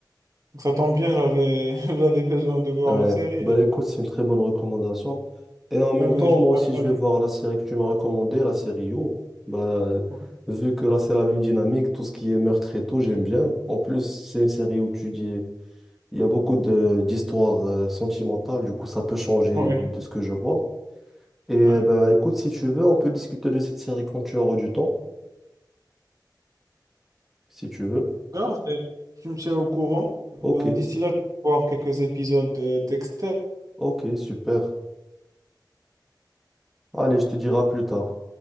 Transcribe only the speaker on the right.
Donc ça tombe bien, j'avais <laughs> j'avais besoin de voir
une série.
Ouais,
mais
je
pourrais
pas
le.
Ouais,
ouais.
ouais.
Regarde, et tu me tiens au courant. Ben,
d'ici là, je vais voir quelques épisodes de Dexter.